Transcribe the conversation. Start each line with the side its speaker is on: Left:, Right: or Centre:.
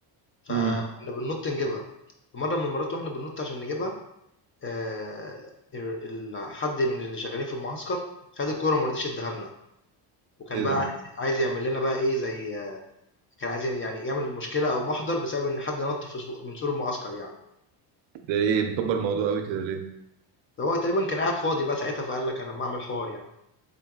Left: فكنا
Right: مم.
Left: بننط نجيبها في مرة من المرات واحنا بننط عشان نجيبها آه، ال- ال- حد من اللي شغالين في المعسكر خد الكورة ومرضيش اداها لنا وكان
Right: ايه
Left: بقى
Right: ده
Left: عايز عايز يعمل لنا بقى ايه زي كان عايز يعني يعمل مشكلة او محضر بسبب ان حد نط في سو- من سور المعسكر يعني
Right: ده ايه مكبر الموضوع قوي كده ليه
Left: ده هو تقريبا كان قاعد فاضي بقى ساعتها فقال لك انا ما اعمل حوار يعني